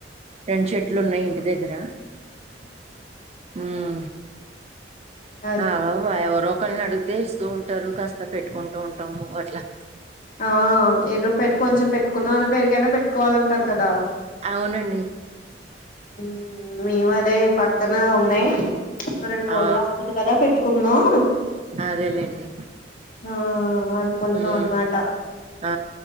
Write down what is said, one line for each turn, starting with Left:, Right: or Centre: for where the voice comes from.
Right: రెండు చెట్లు ఉన్నయి ఇంటి దగ్గర ఉమ్
Left: సరే
Right: ఆ ఎవరో ఒకరిని అడిగితే ఇస్తూ ఉంటారు కాస్త పెట్టుకుంటూ ఉంటాము అట్లా
Left: ఆ ఏదో పెట్టు కొంచెం పెట్టుకున్నాం అని పేరుకైనా పెట్టుకోవాలంటారు కదా
Right: అవునండి
Left: ఉమ్ మేము అదే పక్కన ఉన్నయి ఇంకా రెండు రోజులో
Right: ఆ
Left: వస్తాయి కదా పెట్టుకున్నాం
Right: అదేలేండి
Left: ఆ అనుకుంటున్నాం
Right: ఉమ్
Left: అన్నమాట
Right: ఆ